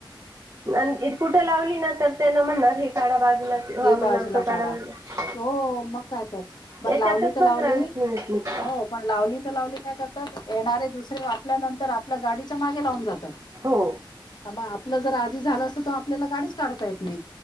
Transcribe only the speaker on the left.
ए
बाजूला
काढा
हो मग काय तर बरं
लावली तर
लावली
हो पण लावली तर लावली काय करतात येणारे दुसरे आपल्यानंतर आपल्या गाडीच्या मागे लावून जातात.
ह आपलं जर आधी झालं असं तर आपल्याला गाडीच काढता येत नाही.